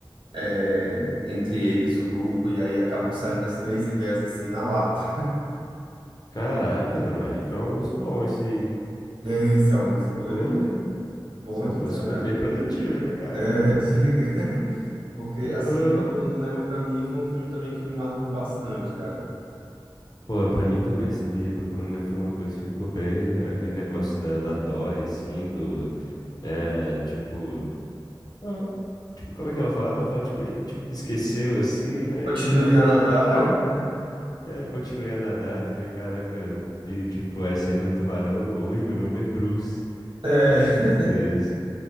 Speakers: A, on the right (about 80°); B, on the left (about 50°).
A: é, entre eles, o grupo, e aí acabou saindo as três ideias assim na lata.
B: Caraca, não, aí foi um almoço bom esse, hein?
A: <laughs> Esse almoço foi
B: Pô,
A: Bom
B: esse almoço
A: de torar.
B: foi bem produtivo, né, caramba?
A: É, diga. <laughs> Porque,
B: Ô.
A: assim, Procurando Nemo, pra mim, foi um filme também que me marcou bastante, cara.
B: Pô, pra mim também, sabia? Procura um Nemo foi uma coisa que ficou bem, aquele negócio da, da Dory, assim, do, é, tipo, ah, tipo, como é que ela falava? Ela falava, tipo, eh, tipo que esqueceu, assim, né,
A: Continue
B: e ficava,
A: a nadar,
B: tá bom,
A: né?
B: <laughs> é, continuei a nadar também, caraca, e, tipo, a cena do tubarão, oi, meu nome é Bruce,
A: É,
B: caraca,
A: <laughs>
B: tudo isso.